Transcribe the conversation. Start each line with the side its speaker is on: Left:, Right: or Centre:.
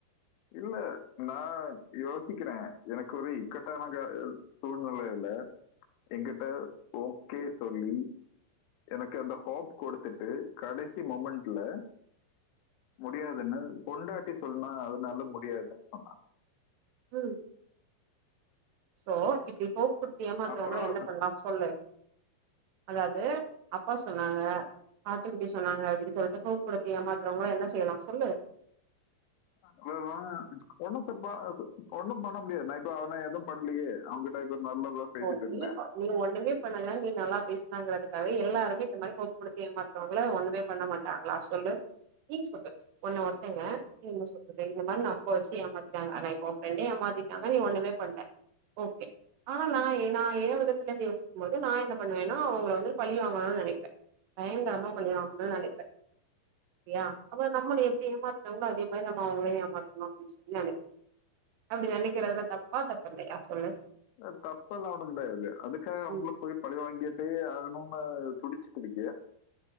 Left: இல்ல நா யோசிக்கிறே எனக்கு ஒரு இக்கட்டான கா சூழ்நெலையில எங்கிட்ட ஓக்கே சொல்லி எனக்கு அந்த ஹோப் குடுத்துட்டு கடைசி மொமெண்ட்ல முடியாதுன்னு பொண்டாட்டி சொன்னா அதனால முடியாதுன் சொன்ன
Right: ம் சோ இப்டி ஹோப் குடுத்து ஏமாத்துறவங்கள
Left: அப்புறம்
Right: என்ன பண்லா சொல்லு அதாவது அப்பா சொன்னாங்க ஆட்டு குட்டி சொன்னாங்க அப்டின் சொல்ட்டு ஹோப் குடுத்த ஏமாத்துறவங்கள என்ன செய்யலா சொல்லு
Left: <unintelligible> ஒண்ணு ச பா ஒண்ணும் பண்ண முடியாது னா இப்ப அவ எதும் பண்லையே அவ்ங்கிட்ட இப்ப நல்லதா பேசிட்டு
Right: போயி
Left: இருந்தே
Right: நீ ஒன்னுமே பண்ணல நீ நல்லா பேசுனங்குறதுக்காக எல்லாருமே இந்த மாரி போட்டு குடுத்து ஏமாத்துறவங்கள ஒன்னுமே பண்ண மாட் ஆ நா சொல்லு நீ சொல்லு ஒன்ன ஒருத்தவ்ங்க என்ன சொல்றது இந்த மாரி நம்ப வெச்சு ஏமாத்திட்டாங்க ஆனா இப்போ ஒரு ஃப்ரெண்டே ஏமாத்திட் டாங்க நீ ஒன்னுமே பண்ல ஓகே ஆனா நா ஏ நா ஏ விதத்துல இருந்து யோசிக்கும் போது நா என்ன பண்ணுவேனா அவ்ங்கள வந்து பழி வாங்கணுன் நெனைப்பே பயங்கரமா பழி வாங்கனுன் நெனைப்பே சேரியா அப்ப நம்மள எப்டி ஏமாத்துனாங்ளோ அதே மாரி நம்ம அவ்ங்களையு ஏமாத்தணு அப்டின் சொல்லி நெனைப் அப்டி நெனைக்கிறதுல தப்பா தப்பில்லையா சொல்லு
Left: அ தப்பெல்லா ஒன்னு கெடையாது அதுக்காக அவ்ங்ள
Right: ம்.
Left: போய் பழி வாங்கிட்டே ஆகணுனு துடிச்சுக்கிருக்கியா